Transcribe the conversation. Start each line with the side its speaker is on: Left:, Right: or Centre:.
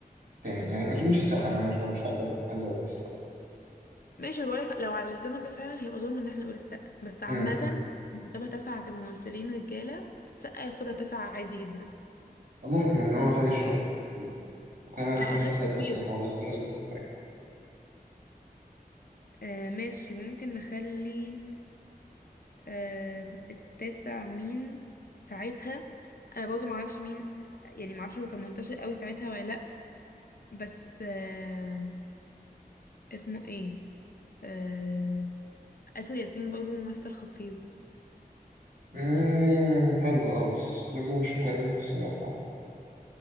Right: تاني يعني أكيد مش السقا أنا مش مش هقبل هذا الصراحة
Left: ماشي بقول لك لو على الزمن ده فعلا هيبقى ظلم ان احنا نقول السقا بس عامه
Right: أمم.
Left: مرتبه تسعه كممثلين رجاله السقا ياخدها تسعه عادي جدا
Right: ممكن لأن هو خايش شوية في الفيلم. وكان هو
Left: اه
Right: مش ممثل
Left: اخش
Right: حلو
Left: كتير
Right: أصلا هو بس الناس بتحبه يعني
Left: آه ماشي ممكن نخلي آه التاسع مين ساعتها انا برضه معرفش مين يعني معرفش هو كان منتشر قوي ساعتها ولا لأ بس آه اسمه ايه آه آسر ياسين برضو ممثل خطير
Right: أمم، حلو أه بس برضه مش في قائمتي الصراحة